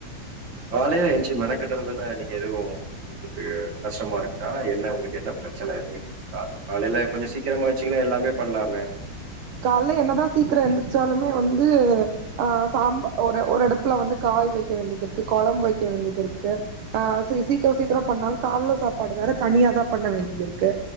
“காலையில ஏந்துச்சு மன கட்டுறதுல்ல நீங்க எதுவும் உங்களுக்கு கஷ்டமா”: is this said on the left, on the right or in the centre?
Right